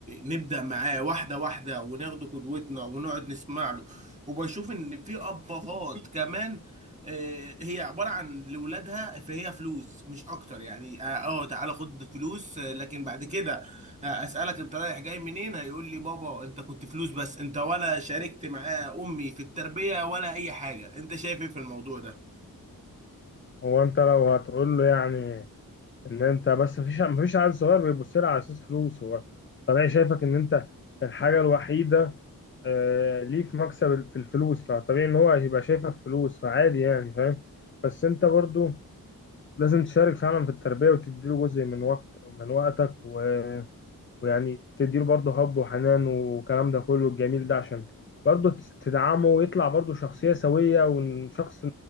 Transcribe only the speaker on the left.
هو انت لو هتقول له يعني ان انت بس مفيش مفيش عيل صغير بيبص لها على اساس فلوس هو طبيعي شايفك ان انت الحاجه الوحيده آه، ليه في مكسب ال- في الفلوس فطبيعي ان هو هيبقى شايفك فلوس فعادي يعني فاهم بس انت برضو لازم تشارك فعلا في التربيه وتديله جزء من وقت من وقتك و... ويعني تديله برضو حب وحنان والكلام ده كله الجميل ده عشان برضو تس- تدعمه ويطلع برضو شخصيه سويه وشخص